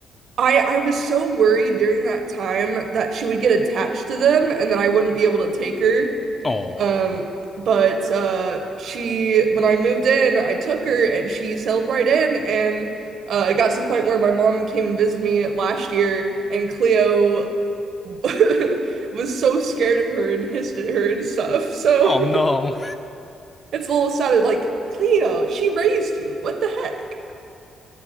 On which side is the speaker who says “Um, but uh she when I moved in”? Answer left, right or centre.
Right